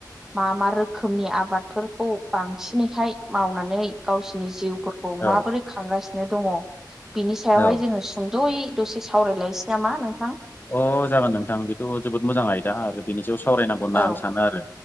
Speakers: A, in the centre; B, on the left.
A: मा मा रोखोमनि आबादफोरखौ बांसिनैहाय मावनानै गावसोरनि जिउफोरखौ
B: औ
A: माबोरै खांगासिनो दङ बिनि सायावहाय
B: औ
A: जोङो सुं ज'यै दसे सावरायलायनोसै नामा नोंथां?
B: अ जागोन नोंथां बेथ' जोबोद मोजाङाय दा आरो बिनि सायाव सावरायनांगौ होनना
A: औ
B: आं सानो आरो